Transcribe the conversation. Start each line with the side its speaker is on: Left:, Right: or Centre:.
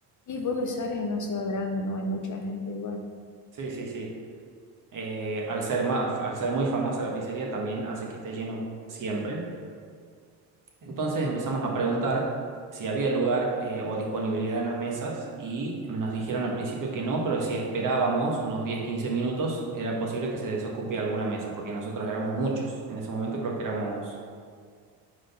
Left: y Buenos Aires es una ciudad grande, ¿no? Hay mucha gente igual.
Right: Sí, sí, sí. eh, al ser más, al ser muy famosa la pizzería también hace que esté lleno siempre. Entonces empezamos a preguntar si había lugar eh, o disponibilidad en las mesas y nos dijeron al principio que no, pero si esperábamos unos diez quince minutos era posible que se desocupe alguna mesa, porque nosotros éramos muchos. En ese momento creo que éramos